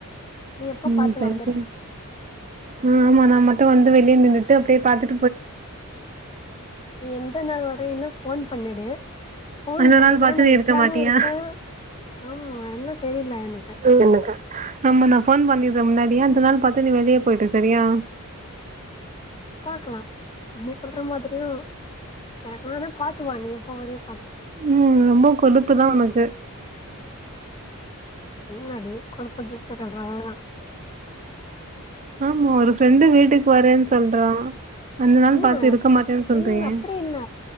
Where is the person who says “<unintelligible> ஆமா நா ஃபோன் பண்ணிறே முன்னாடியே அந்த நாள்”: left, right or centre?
Right